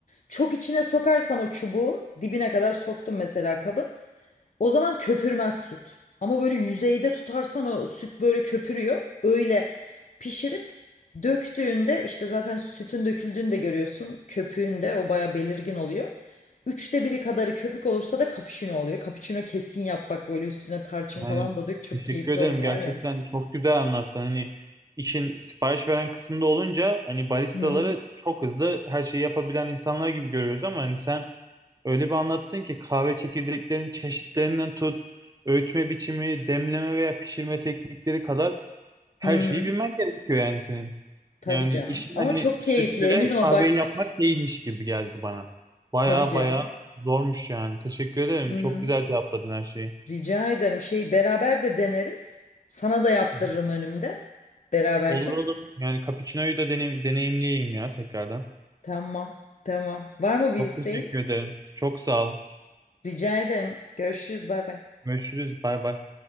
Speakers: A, on the left; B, on the right.
A: Çok içine sokarsan o çubuğu dibine kadar soktum mesela kabın. O zaman köpürmez süt. Ama böyle yüzeyde tutarsan o süt böyle köpürüyor. Öyle pişirip döktüğünde işte zaten sütün döküldüğünü de görüyorsun. Köpüğünde o baya belirgin oluyor. Üçte biri kadarı köpük olursa da cappuccino oluyor. Cappuccino kesin yap bak böyle üstüne tarçın
B: Yani
A: falan da dök çok
B: teşekkür
A: keyifli
B: ederim.
A: olur var
B: Gerçekten
A: ya.
B: çok güzel anlattın. Hani işin sipariş veren kısmında olunca hani baristaları
A: Hı hı.
B: çok hızlı her şeyi yapabilen insanlar gibi görüyoruz ama hani sen öyle bir anlattın ki kahve çekirdeklerinin çeşitlerinden tut, öğütme biçimi, demleme veya pişirme teknikleri kadar her
A: Hı hı.
B: şeyi bilmen gerekiyor yani senin.
A: Tabii
B: Yani
A: canım.
B: işin
A: Ama
B: hani
A: çok
B: sütle
A: keyifli emin ol
B: kahveyi
A: bak.
B: yapmak değilmiş gibi geldi bana. Baya
A: Tabii canım.
B: baya zormuş yani. Teşekkür ederim.
A: Hı
B: Çok
A: hı.
B: güzel cevapladın her şeyi.
A: Rica ederim. Şeyi beraber de deneriz. Sana da yaptırırım
B: Hı hı.
A: önümde. Beraberken.
B: Olur olur. Yani cappuccino'yu da deneyim, deneyimleyeyim ya tekrardan.
A: Tamam, tamam. Var mı
B: Çok
A: bir isteğin?
B: teşekkür ederim. Çok sağ ol.
A: Rica ederim. Görüşürüz. Bay bay.
B: Görüşürüz. Bay bay.